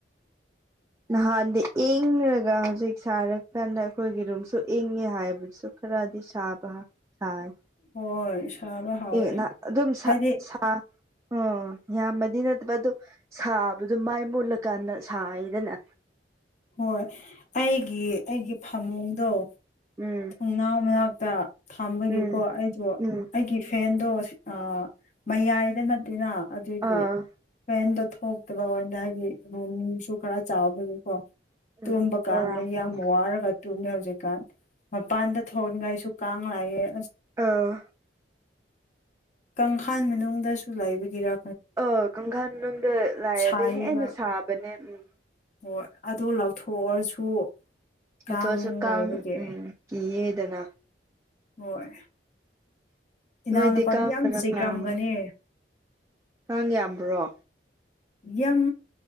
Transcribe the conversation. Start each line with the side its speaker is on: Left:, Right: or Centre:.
Left: <inaudible>
Right: ꯅꯍꯥꯟꯗꯤ ꯏꯪꯔꯒ ꯍꯧꯖꯤꯛ ꯁꯥꯔꯀꯥꯟꯗ ꯑꯩꯈꯣꯏꯒꯤ ꯔꯨꯝꯁꯨ ꯏꯪꯉꯦ ꯍꯥꯏꯕꯁꯨ ꯈꯔ ꯗꯤ ꯁꯥꯥꯕ ꯁꯥꯏ
Left: ꯍꯣꯏ ꯁꯥꯕ ꯍꯧꯔꯦ
Right: ꯑꯦ ꯑꯗꯨꯝ ꯁꯥ
Left: ꯍꯥꯏꯗꯤ
Right: ꯁꯥ ꯎꯝ ꯌꯥꯝꯃꯗꯤ ꯅꯠꯇꯕ ꯑꯗꯨ ꯁꯥꯕꯗꯣ ꯃꯩꯏ ꯃꯨꯠꯂꯀꯥꯟꯗ ꯁꯥꯏꯗꯅ
Left: ꯍꯣꯏ ꯑꯩꯒꯤ ꯑꯩꯒꯤ ꯐꯃꯨꯡꯗꯣ
Right: ꯎꯝ
Left: ꯊꯣꯡꯅꯥꯎ ꯃꯅꯥꯛꯇ ꯊꯥꯝꯕꯒꯤꯀꯣ
Right: ꯎꯝ
Left: ꯑꯩꯗꯣ
Right: ꯎꯝ
Left: ꯑꯩꯒꯤ ꯐꯦꯟ ꯑꯗꯣ ꯑꯥ ꯃꯌꯥꯏꯗ ꯅꯠꯇꯅ ꯑꯗꯨꯒꯤ
Right: ꯑꯥ
Left: ꯐꯦꯟꯗꯣ ꯊꯣꯛꯇꯕ ꯑꯣꯏꯅ ꯍꯥꯏꯗꯤ ꯑꯗꯨꯨꯝꯁꯨ ꯈꯔ ꯆꯥꯎꯕꯒꯤꯀꯣ ꯇꯨꯝꯕ
Right: ꯎꯝ
Left: ꯀꯥꯟꯗ
Right: ꯑꯥ
Left: ꯌꯥꯝ ꯋꯥꯔꯒ ꯇꯨꯝꯅꯔꯖ‌ꯦ ꯍꯧꯖꯤꯛꯀꯥꯟ ꯃꯄꯥꯟꯗ ꯊꯣꯟꯉꯥꯏꯁꯨ ꯀꯥꯡ ꯂꯥꯛꯑꯌꯦ
Right: ꯑꯥ
Left: ꯀꯪꯈꯥꯥꯟ ꯃꯅꯨꯡꯗꯁꯨ ꯂꯩꯕꯒꯤꯔ
Right: ꯑ ꯀꯪꯈꯜ ꯃꯅꯨꯡꯗ ꯂꯩꯔꯗꯤ
Left: ꯁꯥꯏꯌꯦꯕ
Right: ꯍꯦꯟꯅ ꯁꯥꯕꯅꯦ ꯎꯝ
Left: ꯍꯣꯏ ꯑꯗꯣ ꯂꯧꯊꯣꯛꯑꯁꯨ
Right: ꯂꯧꯊꫭꯛ
Left: ꯀꯥꯡ
Right: ꯑꯁꯨ ꯀꯥꯡ
Left: ꯂꯩꯕꯒꯤ
Right: ꯎꯝ ꯀꯤꯌ‌ꯦꯗꯅ
Left: ꯍꯣꯏ ꯏꯅꯥꯎꯅꯨꯄꯥꯗꯤ
Right: ꯅꯣꯏꯗꯤ ꯀꯥꯡ
Left: ꯌꯥꯝ
Right: ꯈꯔ
Left: ꯆꯤꯛꯑꯝꯒꯅꯤ
Right: ꯐꯥꯔꯝꯅꯦ ꯀꯥꯡ ꯌꯥꯝꯕ꯭ꯔꯣ
Left: ꯌꯥꯝ